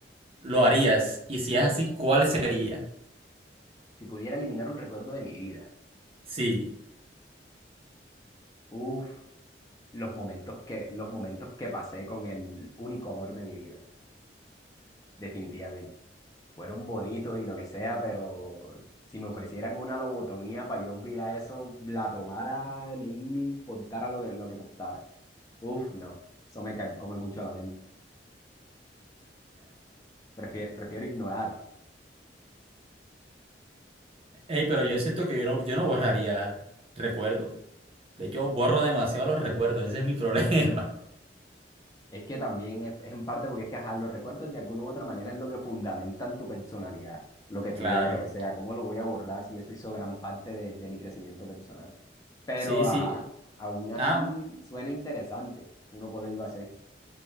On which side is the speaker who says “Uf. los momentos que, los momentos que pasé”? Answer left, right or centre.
Left